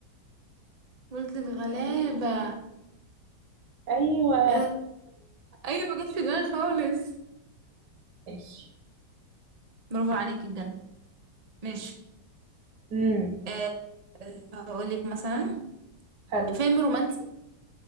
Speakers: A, on the right (about 40°); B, on the right (about 65°).
A: ولد الغلابة
B: ايوه
A: أنا- ايوه ما جاتش في دماغي خالص
B: ماشي
A: برافو عليكي بجد ماشي
B: امم
A: أه هقول لك مثلا
B: حلو
A: فيلم رومانسي